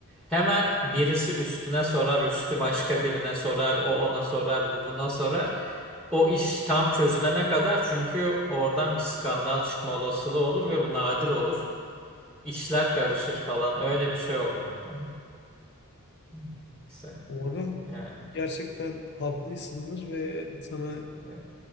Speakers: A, in the centre; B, on the left (about 50°).
A: Hemen birisi üstüne sorar, üstü başka birine sorar, o ona sorar, bu buna sorar. O iş tam çözülene kadar çünkü oradan bir skandal çıkma olasılığı olur ve bu nadir olur. İşler karışır falan. Öyle bir şey oldu muhtemelen. Neyse
B: Umarım
A: yani.
B: gerçekten haklıysındır ve sana
A: evet.